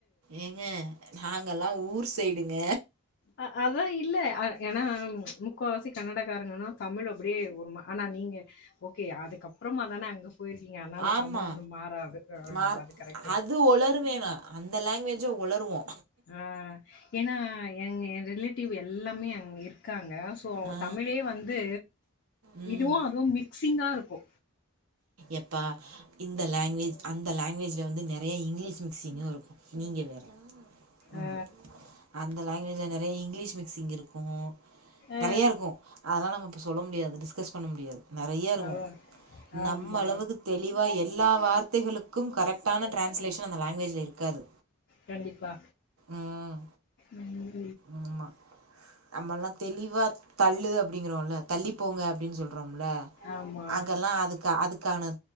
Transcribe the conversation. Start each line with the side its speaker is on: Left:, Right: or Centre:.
Right: ஏங்க நாங்கல்லா ஊர் சைடுங்க
Left: அ அதா இல்ல அ ஏன்னா முக்காவாசி கன்னடக்காரங்கனா தமிழ் அப்படியே ஒரும ஆனா நீங்க ஓகே அதுக்கப் பறமா தான அங்க போயிருக்கிங்க அதனால
Right: ஆமா
Left: தமிழ் மாறாது அ
Right: மா
Left: அது கரெக்ட்டுதா
Right: அது ஒளருவேனா அந்த லாங்குவேஜ ஒளருவோ
Left: ஆ ஏனா எங் எ ரிலேட்டிவ் எல்லாமே அங்க இருக்காங் க சோ அவங்க
Right: ஆ
Left: தமிழே வந்து
Right: ம்
Left: இதுவு அதுவு மிக்சிங்கா ருக்கு
Right: எப்பா இந்த லாங்வேஜ் அந்த லாங்வேஜ்ல வந்து நெறைய இங்லிஷ் மிக்ஸிங்கு இருக்கு நீங்க வேற ம்
Left: ஆ
Right: அந்த லாங்குவேஜ்ல நெறைய இங்லிஷ் மிக்சிங் இருக்கு
Left: ஆ.
Right: நெறைய இருக்கு அதெல்லா நம்ம இப்போ சொல்ல முடியாது டிஸ்கஸ் பண்ண முடியாது நெறைய இருக்கு
Left: அதா
Right: நம்ம
Left: ஆமா
Right: அளவுக்கு தெளிவா எல்லா வார்த்தைகளுக்கும் கரெக்டான டிரான்ஸ்லேஷன் அந்த லாங்வேஜ்ல இருக்காது
Left: கண்டிப்பா
Right: ம்
Left: ம்
Right: ஆமா நம்மல்லா தெளிவா தள்ளு அப்படிங்கிறோல்ல தள்ளிப்போங்க அப்டின்னு சொல் றம்ல
Left: ஆமா.
Right: அங்கெல்லா அதுக்கு அதுக்கான